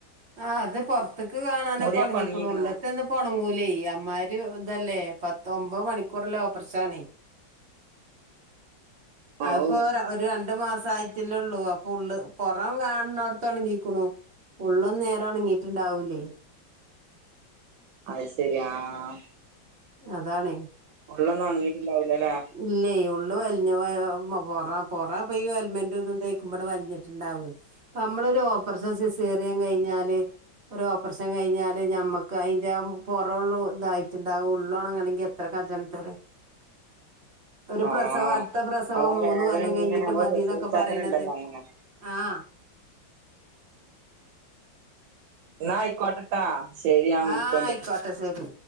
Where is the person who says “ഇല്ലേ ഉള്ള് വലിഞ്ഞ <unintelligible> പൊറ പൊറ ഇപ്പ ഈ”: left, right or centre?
Right